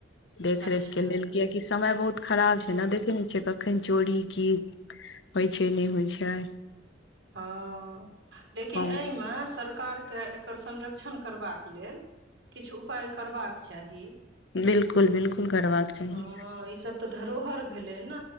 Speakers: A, on the left (about 70°); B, on the right (about 75°).
A: देख-रेख
B: अच्छा
A: के लेल, कियाकि समय बहुत खराब छै ने, देखे ने छियै कखन चोरी की होइ छै, नै होइ छै।
B: हँ, लेकिन
A: हम
B: एह में सरकार के इकर संरक्षण करबाक लेल, किछु उपाय करबाक चाही।
A: बिल्कुल बिल्कुल करबाक चाही
B: हँ, ई सब तऽ धरोहर भेलै ने,